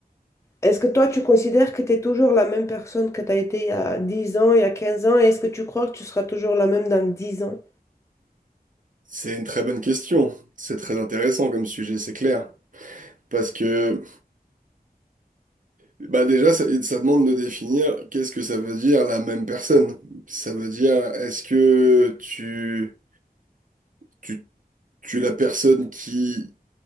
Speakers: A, on the left; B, on the right.
A: Est-ce que toi, tu considères que tu es toujours la même personne que tu as été il y a 10 ans, il y a 15 ans, et est-ce que tu crois que tu seras toujours la même dans dix ans?
B: C'est une très bonne question. C'est très intéressant comme sujet, c'est clair. Parce que bah déjà, ça, ça demande de définir qu'est-ce que ça veut dire la même personne. Ça veut dire est-ce que tu, tu, tu es la personne qui